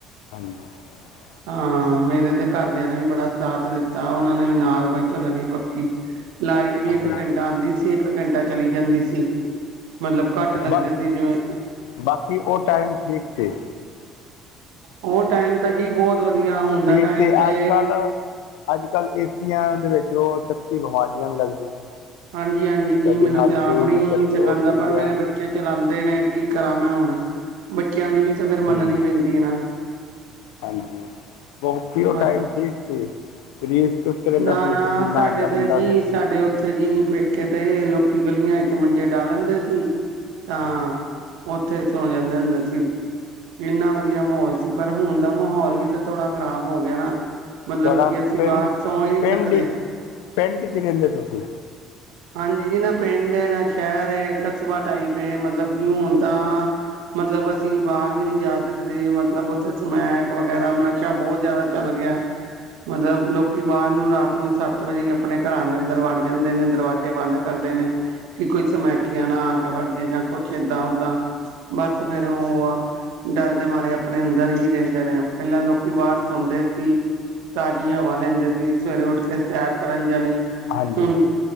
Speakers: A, on the left (about 80°); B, on the right (about 75°).
A: <unintelligible>
B: ਹਾਂ ਮੇਰੇ ਤੇ ਘਰਦਿਆਂ ਨੇ ਵੀ ਬੜਾ ਸਾਥ ਦਿੱਤਾ। ਔਨਾਂ ਨੇ ਵੀ ਨਾਲ ਬਈ ਝੱਲਣੀ ਪੱਕੀ। ਲਾਈਟ ਵੀ
A: ਹਾਂਜੀ
B: ਇੱਕ ਘੰਟਾ ਆਉਂਦੀ ਸੀ। ਇੱਕ ਘੰਟਾ ਚਲੀ ਜਾਂਦੀ ਸੀ। ਮਤਲਬ ਘੱਟ ਲੱਗਦੇ
A: ਬਸ
B: ਸੀ ਜਿਵੇਂ?
A: ਬਾਕੀ ਉਹ ਟਾਈਮ ਠੀਕ ਸੀ।
B: ਉਹ ਟਾਈਮ ਤਾਂ ਜੀ, ਬਹੁਤ ਵਧੀਆ। ਹੁਣ ਦਾ
A: ਠੀਕ
B: ਟਾਈਮ ਤੇ
A: ਅੱਜ ਕੱਲ ਅੱਜ ਕੱਲ੍ਹ ਏ ਸੀਆਂ ਦੇ ਵਿੱਚ। ਉਹ ਛੱਤੀ ਬਿਮਾਰੀਆਂ ਵੀ ਲੱਗਦੀਆਂ ਨੇ।
B: ਹਾਂਜੀ- ਹਾਂਜੀ ਜੀ।
A: ਕਦੀ
B: ਮੈਨੂੰ
A: ਹੱਡ
B: ਤੇ ਆਪ
A: ਪੀੜ
B: ਨਹੀਂ
A: ਕਦੀ
B: ਸਿਖਾਉਂਦਾ।
A: ਉਹ ਕਦੀ
B: ਪਰ ਮੇਰੇ
A: ਆ
B: ਬੱਚੇ। ਬੱਚੇ ਚਲਾਉਦੇ ਨੇ ਕੀ ਕਰਾਂ। ਮੈਂ ਹੁਣ ਬੱਚਿਆਂ ਦੀ ਵੀ ਤਾਂ ਫਿਰ
A: ਹਮ
B: ਮੰਨਣੀ ਪੈਂਦੀ ਹੈ ਨਾ।
A: ਹਾਂਜੀ। ਬਾਕੀ ਉਹ
B: ਬ
A: ਟਾਈਮ ਠੀਕ ਸੀ। ਸਰੀਰ ਚੁਸਤ ਰਹਿੰਦਾ
B: ਨਾ-ਨਾ
A: ਸੀ। ਪਸੀਨਾ
B: ਸਾਡੇ
A: ਆਉਂਦਾ ਰਹਿੰਦਾ
B: ਤੇ
A: ਸੀ ਜੀ।
B: ਸਾਡੇ ਉੱਥੇ ਜੀ ਪੇਕੇ ਤੇ ਲੋਕੀ ਗਲੀਆਂ ਚ ਮੰਜੇ ਡਾਹ ਲੈਂਦੇ ਸੀ। ਤਾਂ
A: ਹਾਂਜੀ
B: ਉੱਥੇ ਸੌ ਜਾਂਦੇ ਹੁੰਦੇ ਸੀ। ਏਨਾ ਵਧੀਆ ਮਾਹੌਲ ਸੀ। ਪਰ ਹੁਣ ਦਾ ਮਾਹੌਲ ਵੀ ਤਾਂ ਥੋੜਾ ਖ਼ਰਾਬ ਹੋ ਗਿਆ ਨਾ। ਮਤਲਬ
A: ਤੁਹਾਡਾ
B: ਕਿ ਅਸੀਂ
A: ਪਿੰਡ
B: ਬਾਰ ਸੌ ਈ ਨੀ
A: ਪਿੰਡ
B: ਸਕਦੇ।
A: ਚ ਪਿੰਡ ਚ ਰਹਿੰਦੇ ਤੁਸੀ?
B: ਹਾਂਜੀ ਜੀ। ਨਾ ਪਿੰਡ ਏ ਨਾ ਸ਼ਹਿਰ ਏ ਕਸਬਾ। ਟਾਈਪ ਏ ਮਤਲਬ ਕਿ ਹੋਣ। ਤਾਂ ਮਤਲਬ। ਅਸੀਂ ਬਾਰ ਵੀ ਨੀ ਜਾ ਸਕਦੇ। ਮਤਲਬ ਔਥੇ ਸਮੈਕ
A: ਹਾਂਜੀ
B: ਵਗੈਰਾ ਮ ਨਸ਼ਾ ਬੋਤ ਜ਼ਆਦਾ ਚੱਲ ਗਿਆ ਐ। ਮਤਲਬ ਲੋਕੀ ਬਾਰ ਨੂੰ ਰਾਤ ਨੂੰ ਸੱਤ ਵਜੇ ਈ। ਆਪਣੇ ਘਰਾਂ ਦੇ ਅੰਦਰ ਵੜ ਜਾਂਦੇ ਨੇ। ਦਰਵਾਜ਼ੇ ਬੰਦ ਕਰਦੇ ਨੇ। ਕਿ ਕੋਈ ਸਮਮੈਕੀਆਂ ਨਾ ਆ ਕੇ ਵੜ ਜੇ ਜਾਂ ਕੁਛ ਏਦਾਂ ਓਦਾਂ ਬਸ ਫੇਰ ਔ। ਡਰ ਦੇ ਮਾਰੇ ਅਪਣੇ ਅੰਦਰ ਈ ਰਹਿੰਦੇ ਨੇ। ਪਹਿਲਾਂ ਲੋਕੀ ਬਾਰ ਸੌਂਦੇ ਸੀ। ਤਾਜ਼ੀ ਹਵਾ ਲੈਂਦੇ ਸੀ। ਸਵੇਰੇ ਉੱਠ ਕੇ ਸੈਰ ਕਰਨ ਜਾਣੀ।
A: ਹਾਂਜੀ।
B: ਹੁਣ